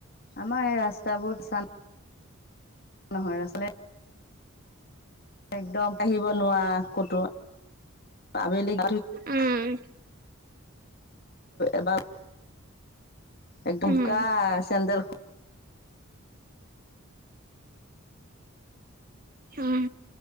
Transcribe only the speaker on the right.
উম,
উম,
উম।